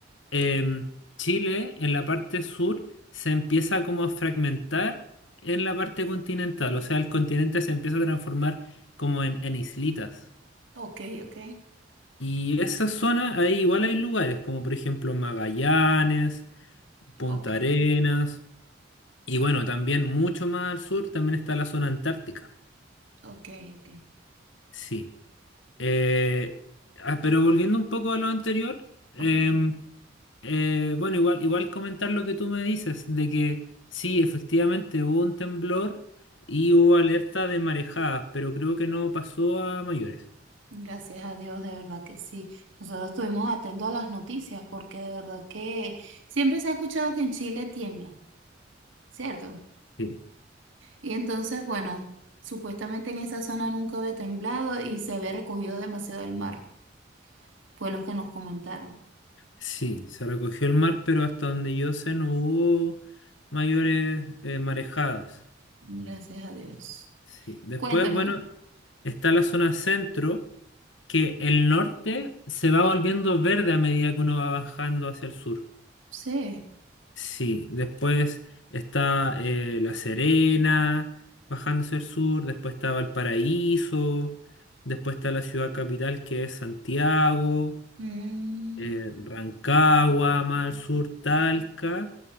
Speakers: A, on the left (about 75°); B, on the right (about 85°).
A: em, Chile en la parte sur se empieza como a fragmentar en la parte continental, o sea, el continente se empieza a transformar como en, en islitas.
B: Ok, ok,
A: Y esa zona, ahí igual hay lugares, como por ejemplo Magallanes, Punta
B: ok,
A: Arenas, y bueno, también mucho más al sur también está la zona antártica.
B: ok, ok.
A: Sí. Eh, ah, pero volviendo un poco a lo anterior, em,
B: Ok,
A: eh, bueno, igual, igual comentar lo que tú me dices, de que sí, efectivamente hubo un temblor y hubo alerta de marejadas, pero creo que no pasó a mayores.
B: gracias a Dios, de verdad que sí. Nosotros estuvimos atentos a las noticias porque de verdad que siempre se ha escuchado que en Chile tiembla, ¿cierto?
A: Sí.
B: Y entonces, bueno, supuestamente en esa zona nunca había temblado y se había recogido demasiado el mar, fue lo que nos comentaron.
A: Sí, se recogió el mar, pero hasta donde yo sé no hubo mayores eh, marejadas.
B: Gracias a Dios.
A: Sí. Después,
B: Cuéntame,
A: bueno, está la zona centro, que el norte se va volviendo verde a medida que uno va bajando hacia el sur.
B: sí.
A: Sí, después está eh, La Serena, bajando hacia el sur, después está Valparaíso, después está la ciudad capital que es Santiago.
B: Mm,
A: eh, Rancagua, más al sur, Talca,